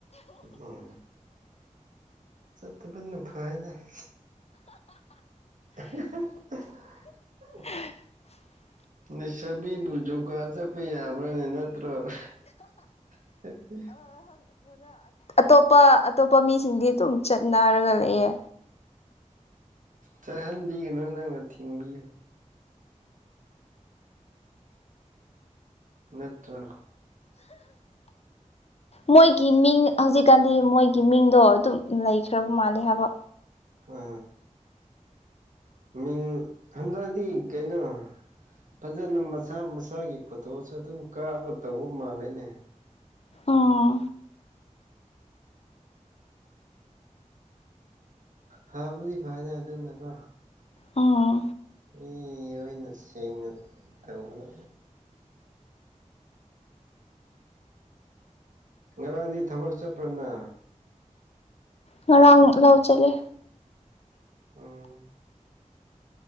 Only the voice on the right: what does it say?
ꯎꯝ ꯆꯠꯇꯕꯅ ꯐꯩꯗ <unintelligible> <unintelligible>
ꯅꯩꯁꯥꯕꯤꯕꯨ ꯖꯣꯕꯀꯥꯔꯠ ꯆꯠꯄ ꯌꯥꯕ꯭ꯔꯥꯅꯦ ꯅꯠꯇ꯭ꯔꯣ <unintelligible>
ꯆꯠꯍꯟꯕꯤꯒꯅꯨ ꯅꯪꯅ ꯊꯤꯡꯕꯤ ꯅꯠꯇ꯭ꯔ
ꯑ ꯃꯤꯡ ꯍꯟꯗꯛꯗꯤ ꯀꯩꯅꯣ ꯐꯖꯅ ꯃꯁꯥ ꯃꯁꯥꯒꯤ ꯐꯣꯇꯣꯁꯨ ꯑꯗꯨꯝ ꯀꯥꯞꯒ ꯇꯧꯕ ꯃꯥꯜꯂꯦꯅꯦ
ꯍꯥꯥ ꯄꯨꯔꯤ ꯐꯥꯏꯗꯔ ꯑꯗꯨꯅ ꯀ
ꯃꯤ ꯑꯣꯏꯅ ꯁꯦꯡꯅ ꯇꯧꯕꯅ ꯉꯔꯥꯡꯗꯤ ꯊꯕꯛ ꯆꯠꯄ꯭ꯔꯅ
ꯎꯝ